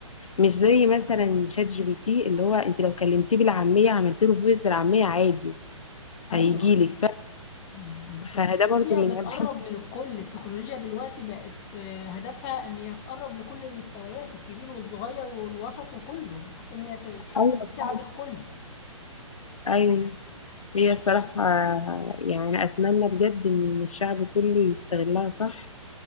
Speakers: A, on the left (about 70°); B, on the left (about 25°).
A: مش زي مثلا شات جي بي تي اللي هو انت لو كلمتيه بالعاميه عملت له فويس بالعاميه عادي
B: ايوه
A: هيجي لك ف...
B: ما هي التكنولوجيا
A: فده برضو من
B: بتقرب
A: عيب بحس
B: من الكل التكنولوجيا دلوقتي بقت آه، هدفها ان هي تقرب لكل المستويات الكبير والصغير والوسط وكله بحيث ان هي تب-
A: ايوه
B: تساعد
A: طبعاً.
B: الكل
A: ايوه هي صراحه يعني اتمنى بجد ان الشعب كله يستغلها صح